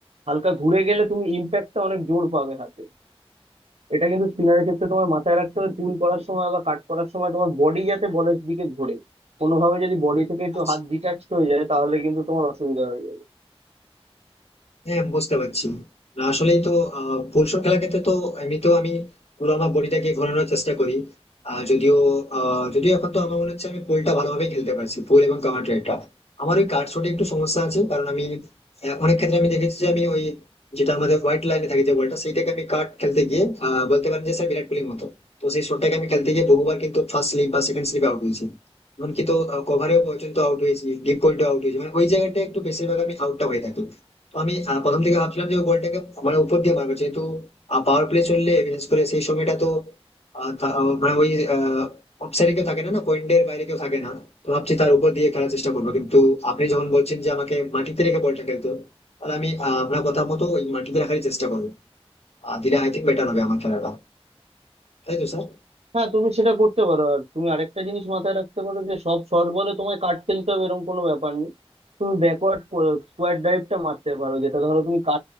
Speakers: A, on the right; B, on the left.
A: হালকা ঘুরে গেলে তুমি ইম্প্যাক্টটা অনেক জোর পাবে হাতে এটা কিন্তু স্পিনারের ক্ষেত্রে তোমার মাথায় রাখতে হবে পুল করার সময় বা কাট করার সময় তোমার বডি যাতে বলের দিকে ঘোরে কোনোভাবে যদি বডি থেকে একটু
B: আচ্ছা
A: হাত ডিটাচড হয়ে যায় তাহলে কিন্তু তোমার অসুবিধা হয়ে যাবে
B: হ্যাঁ বুঝতে পারছি না, আসলেই তো আহ ফুলশট খেলার ক্ষেত্রে তো এমনিতেও আমি পুরো আমার বডিটাকে ঘোরানোর চেষ্টা করি আহ, যদিও আহ, যদিও এখন তো আমার মনে হচ্ছে আমি পুলটা ভালোভাবে খেলতে পারছি পুল এবং কাভার ড্রাইভটা আমার ওই কার্ড শটে একটু সমস্যা আছে কারণ আমি আহ, অনেক ক্ষেত্রে আমি দেখেছি যে আমি ওই যেটা আমাদের হোয়াইট লাইনে থাকে যে বলটা সেইটাকে আমি কাট খেলতে গিয়ে আহ, বলতে পারেন যে স্যার বিরাট কোহলির মতো তো সেই শটটাকে আমি খেলতে গিয়ে বহুবার কিন্তু ফার্স্ট স্লিপ বা সেকেন্ড স্লিপে আউট হয়েছি এমনকি তো কভারেও পর্যন্ত আউট হয়েছি ডিপ পয়েন্টে আউট হয়েছি মানে ওই জায়গাটা একটু বেশিরভাগ আমি আউটটা হয়ে থাকি তো আমি আহ, প্রথম থেকে ভাবছিলাম যে গোলটাকে মানে উপর দিয়ে মারবো যেহেতু পাওয়ার প্লে চললে বিশেষ করে সেই সময়টা তো আহ, থা- আহ, মানে ওই অফসাইডে কেউ থাকে না না পয়েন্টের বাইরে কেউ থাকে না তো ভাবছি তার উপর দিয়ে খেলার চেষ্টা করবো কিন্তু আপনি যখন বলছেন যে আমাকে মাটিতে রেখে বলটা খেলতে হবে, তাহলে আমি আহ, আপনার কথা মতো ওই মাটিতে রাখারই চেষ্টা করবো আর দিলে আই থিঙ্ক বেটার হবে আমার খেলাটা তাই তো স্যার
A: হ্যাঁ তুমি সেটা করতে পারো আর তুমি আরেকটা জিনিস মাথায় রাখতে পারো যে সব শর্ট বলে তোমায় কাট খেলতে হবে এরকম কোনো ব্যাপার নেই তুমি ব্যাকওয়ার্ড স্কোয়ার ড্রাইভটা মারতে পারো যেটা ধরো তুমি